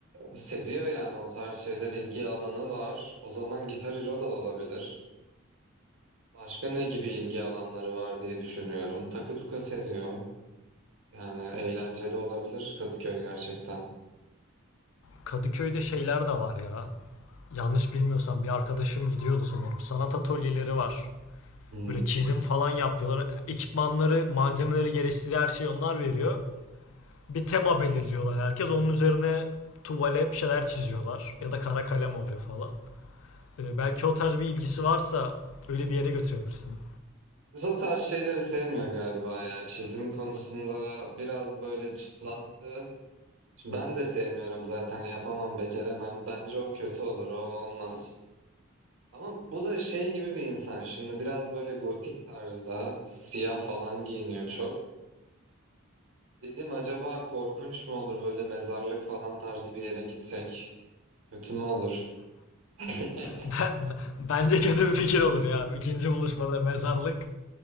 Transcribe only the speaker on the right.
seviyor yani o tarz şeyler ilgi alanı var. O zaman Gitar Hero da olabilir. Başka ne gibi ilgi alanları var diye düşünüyorum. Takı tuka seviyor. Yani eğlenceli olabilir Kadıköy gerçekten.
Hmm.
Biz o tarz şeyleri sevmiyor galiba ya. Çizim konusunda biraz böyle çıtlattı. Ben de sevmiyorum zaten yapamam beceremem. Bence o kötü olur o olmaz. Ama bu da şey gibi bir insan şimdi biraz böyle gotik tarzda siyah falan giyiniyor çok. Dedim acaba korkunç mu olur böyle mezarlık falan tarzı bir yere gitsek? Kötü mü olur? <laughs>